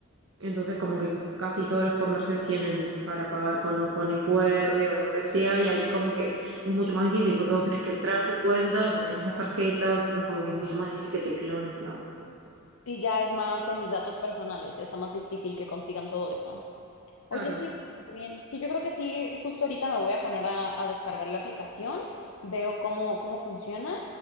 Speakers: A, on the right; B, on the left.
A: entonces como que casi todos los comercios tienen para pagar con, o con el QR o con lo que sea, y ahí como que es mucho más difícil porque vos tenés que entrar a tu cuenta donde tenés las tarjetas, entonces como que es mucho más difícil que te clonen, digamos.
B: Sí, ya es más de mis datos personales. Ya está más difícil que consigan todo eso. Oye,
A: Claro,
B: sí, está súper bien. Sí, yo creo que sí, justo ahorita me voy a poner a, a descargar la aplicación, veo cómo, cómo funciona